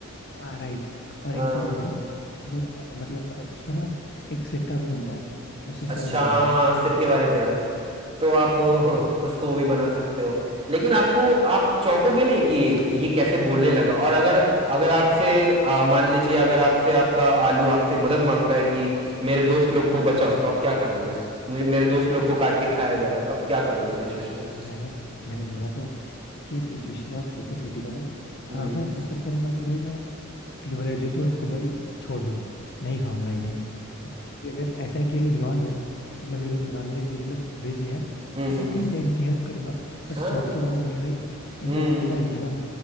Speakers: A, on the left; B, on the right.
A: हाँ राइट और
B: हाँ
A: एक
B: हाँ,
A: चीज और भी है कि वो अ, मतलब अ, उसका ना एक सिरका भी बनता है तो सिरका
B: अच्छा
A: बना
B: हाँ
A: लूंगा
B: सिरके
A: उससे
B: वाले प्याज तो आप <laughs> उसको
A: हाँ
B: वो भी बना सकते हो लेकिन आपको आप चौंकोगे नहीं कि ये, ये कैसे बोलने लगा और अगर अगर आपसे आ, मान लीजिए अगर आपसे आपका आलू आपसे मदद मांगता है कि मेरे दोस्त लोग को बचाओ तो आप क्या करोगे मुझे मेरे दोस्त लोग को काट के खाया जा रहा है तो आप क्या करोगे सिचुएशन में
A: मैंने मैंने बोला तो कि सिचुएशन बहुत हाइपोथेटिकल है
B: हम्म
A: और मैं प्रिफर करूंगा कि भाई मैं प्योर वेज हूं, तो इनको भाई छोड़ दूं नहीं खाऊंगा इन्हें फिर अगर ऐसा है कि ये लोग नॉन वेज मतलब ये लोग नॉन वेज नहीं ये लोग वेज ही हैं
B: हम्म
A: तो
B: हम्म
A: फिर
B: हम्म,
A: ठीक
B: हम्म।
A: है इनकी हेल्प करूंगा बट
B: हाँ
A: चौक तो जाऊंगा ही भाई इनफेक्ट
B: हम्म हम्म।
A: पता है मैं ना